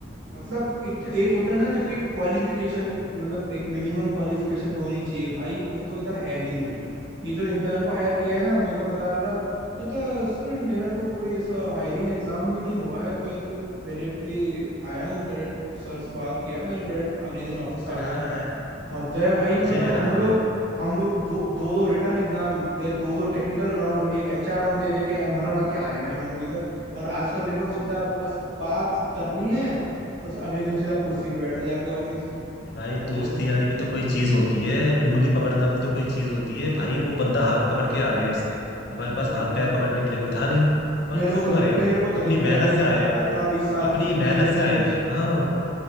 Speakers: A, on the right; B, on the left.
A: मतलब एक तो एक
B: ऐसे
A: होता
B: कैसे
A: है ना
B: चलेगा
A: जो कि
B: यार
A: क्वालिफिकेशन मतलब एक मिनिमम क्वालिफिकेशन होनी चाहिए भाई वो तो इधर है भी
B: हम्म
A: नहीं ये जो इंटर्न को हायर किया है ना मेरे को बता रहा था कहता सर मेरा तो कोई ऐसा हायरिंग एग्जाम भी नहीं हुआ है मैं तो डायरेक्टली आया हूँ डायरेक्ट सर से बात किया है मैंने डायरेक्ट अगले दिन ऑफिस आ
B: चिढ़ा
A: गया हूँ
B: रहा है
A: हृदय भाई मतलब
B: मजे ले रहा
A: हम
B: है हमारे
A: लोग
B: वो
A: हम लोग दो दो दो रिटर्न एग्जाम दो दो टेक्निकल राउंड
B: हम्म,
A: एक एचआर राउंड दे दे के मर मर के आए हैं हम लोग इधर और आजकल देखो सीधा बस बात करनी है और अगले दिन सीधा कुर्सी पे बैठो जाके ऑफिस में
B: अरे भाई
A: हृदय
B: दोस्ती यारी भी तो कोई चीज होती है उंगली पकड़ना भी तो कोई चीज होती है भाई वो बंदा हाथ पकड़ के आ गया उसके हमारे पास
A: हम्म
B: हाथ पैर पकड़ने के लिए कोई था नहीं और
A: मेरे
B: क्यों
A: को तो नहीं
B: करें
A: मेरे
B: हम
A: को तो
B: अपनी
A: नहीं मिले
B: मेहनत
A: भाई इतने
B: से आए हैं
A: अठारह बीस साल
B: अपनी
A: की जिंदगी
B: मेहनत
A: में कोई
B: से आएंगे
A: दोस्त
B: हाँ